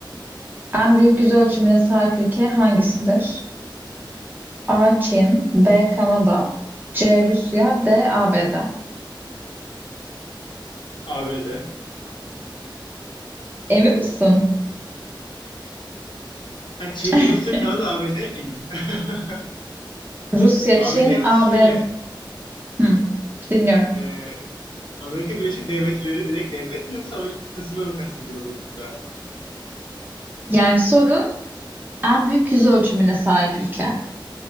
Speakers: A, on the right (about 25°); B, on the left (about 70°).
A: En büyük yüz ölçümüne sahip ülke hangisidir? A. Çin, B. Kanada, C. Rusya, D. ABD.
B: ABD.
A: Emin misin?
B: Ha Çin,
A: <laughs>
B: Rusya, Kanada, ABD miydi? <laughs>
A: Rusya,
B: ABD
A: Çin,
B: yalnız
A: ABD.
B: şöyle.
A: Hı, dinliyorum.
B: e, Amerika Birleşik Devletleri direkt devlet mi yoksa Amerika kıtasını mı kastediyor burada?
A: Yani soru en büyük yüz ölçümüne sahip ülke.